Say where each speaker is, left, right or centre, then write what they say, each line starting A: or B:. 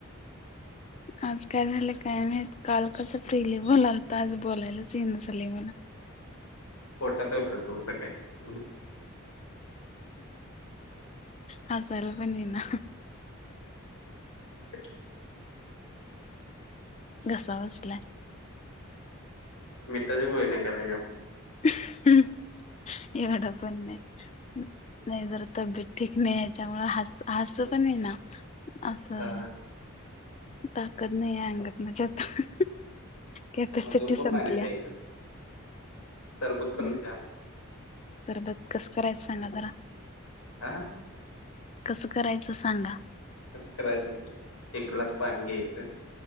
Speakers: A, on the left (about 30°); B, on the left (about 80°).
A: आज काय झालं काय माहित, काल कसं फ्रीली बोलालत, आज बोलायला इना झाल मला
B: पोटात दुखालतं ओ सकाळी म्हणून
A: हसायला पण इना.
B: <unintelligible>
A: घसा बसलाय.
B: मिठाच्या गुळण्या करायच्या मग.
A: <unintelligible> एवढं पण नाही. नाही जरा तब्येत ठीक नाही आहे, त्यामुळं हस- हसू पण इना. असं,
B: हा
A: ताकद नाही आहे अंगात माझ्या आता. कॅपॅसिटी
B: मग लिंबू
A: संपल्या
B: पाणी प्यायचं, सरबत
A: हम्म
B: करून प्या मग.
A: सरबत कस करायचं सांगा जरा?
B: आं.
A: कसं करायचं सांगा?
B: कस करायचं, एक ग्लास पाणी घ्यायचं.